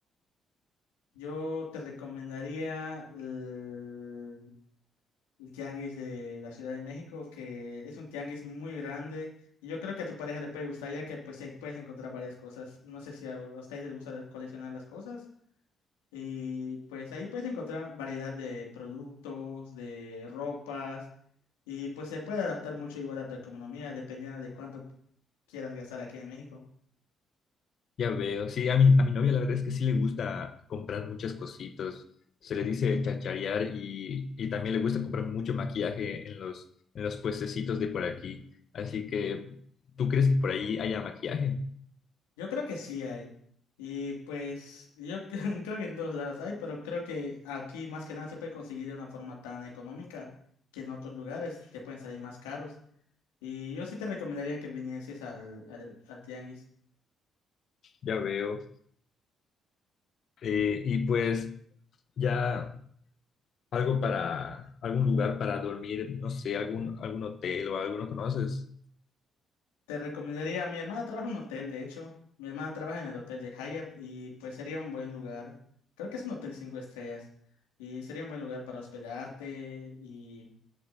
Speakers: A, on the left; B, on the left.
A: Yo te recomendaría el, el tianguis de la Ciudad de México, que es un tianguis muy grande y yo creo que a tu pareja le puede gustar ya que pues eh, puedes encontrar varias cosas. No sé si a, a ustedes les gusta coleccionar las cosas. Y pues ahí puedes encontrar variedad de productos, de ropas, y pues se puede adaptar mucho igual a tu economía, dependiendo de cuánto quieras gastar aquí en México.
B: Ya veo, sí, a mi, a mi novia la verdad es que sí le gusta comprar muchas cositas, se le dice chacharear y, y también le gusta comprar mucho maquillaje en los, en los puestecitos de por aquí. Así que, ¿tú crees que por ahí haya maquillaje?
A: Yo creo que sí hay. Y pues yo <laughs> cre- creo que en todos lados hay, pero creo que aquí más que nada se puede conseguir de una forma tan económica que en otros lugares te pueden salir más caros. Y yo sí te recomendaría que vinieses al, al, al tianguis.
B: Ya veo. Eh, y pues... Ya algo para, algún lugar para dormir, no sé, algún, algún hotel o alguno conoces.
A: Te recomendaría, mi hermana trabaja en un hotel, de hecho. Mi hermana trabaja en el hotel de Hyatt y pues sería un buen lugar. Creo que es un hotel cinco estrellas y sería un buen lugar para hospedarte y,